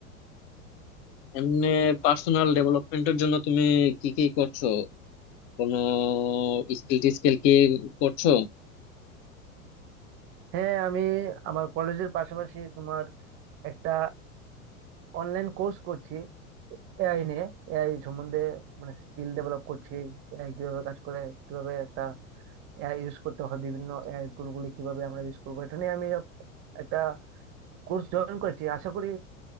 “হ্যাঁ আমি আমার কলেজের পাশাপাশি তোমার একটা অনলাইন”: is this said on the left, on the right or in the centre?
Right